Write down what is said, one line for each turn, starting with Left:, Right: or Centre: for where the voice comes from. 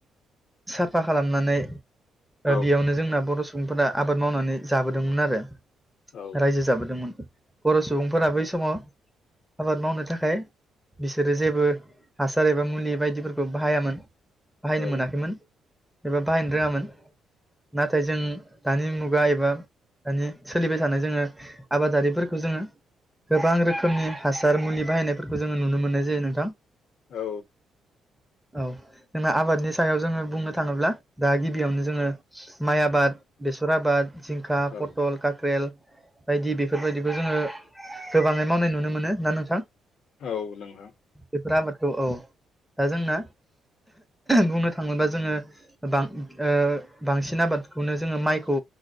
Centre: साफा खालामनानै ओ
Left: औ
Centre: बेयावनो जोंना बर' सुबुंफोरा आबाद मावनानै जाबोदोंमोन आरो।
Left: औ
Centre: रायजो जाबोदोंमोन। बर' सुबुंफोरा बै समाव आबाद मावनो थाखाय बिसोरो जेबो हासार एबा मुलि बायदिफोरखौ बाहायामोन। बाहायनो
Left: औ
Centre: मोनाखैमोन एबा बाहायनो रोङामोन। नाथाय जों दानि मुगा एबा दानि सोलिबाय थानाय जोङो आबादारिफोरखौ जोङो गोबां रोखो खोमनि हासार मुलि बाहायनायफोरखौ जोङो नुनो मोननाय जायो नोंथां।
Left: औ।
Centre: औ जोंना आबादनि सायाव जोङो बुंनो थाङोब्ला दा गिबियावनो जोङो माइ आबाद, बेसर आबाद, जिंखा,
Left: औ
Centre: पटल, काक्रेल, बायदि बेफोरबायदिखौ जोङो गोबाङै मावनाय नुनो मोनो ना नोंथां।
Left: औ नोंगौ।
Centre: बेफोर आबादखौ औ दा जोंना बुंनो थाङोबोब्ला जोङो बां ओ बांसिन आबादखौनो जोङो माइखौ